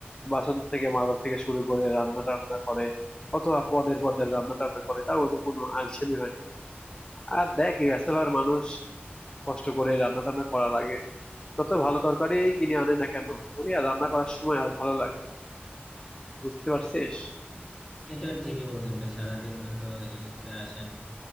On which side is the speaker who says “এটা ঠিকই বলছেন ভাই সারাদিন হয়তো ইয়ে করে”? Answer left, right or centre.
Centre